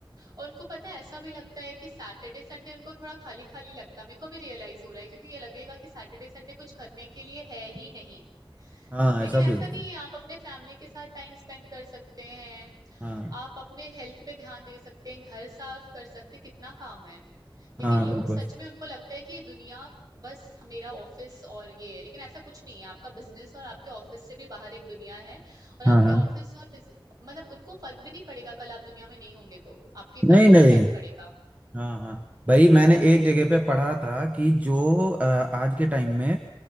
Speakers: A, on the right; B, on the right.
A: और उनको पता है ऐसा भी लगता है कि सैटरडे संडे उनको थोड़ा खाली खाली लगता है मेरे को भी रियलाइज हो रहा है क्योंकि ये लगेगा कि सैटरडे संडे कुछ करने के लिए है ही नहीं
B: हाँ
A: लेकिन
B: ऐसा
A: ऐसा
B: भी होता
A: नहीं
B: है
A: है आप अपने फैमिली के साथ टाइम स्पेंड कर सकते हैं
B: हाँ
A: आप अपने हेल्थ पे ध्यान दे सकते हैं घर साफ कर सकते हैं, कितना काम है लेकिन
B: हाँ
A: लोग
B: बिल्कुल
A: सच में उनको लगता है कि ये दुनिया बस मेरा ऑफिस और ये है लेकिन ऐसा कुछ नहीं है आपका बिजनेस और आपके ऑफिस से भी बाहर एक दुनिया है और आपके
B: हाँ हाँ
A: ऑफिस और बिज- मतलब उनको फर्क भी नहीं पड़ेगा कल आप दुनिया में नहीं होंगे तो आपकी फैमिली
B: नहीं नहीं
A: को फर्क पड़ेगा
B: हाँ हाँ भाई मैंने एक जगह पे पढ़ा था कि जो अ, आज के टाइम में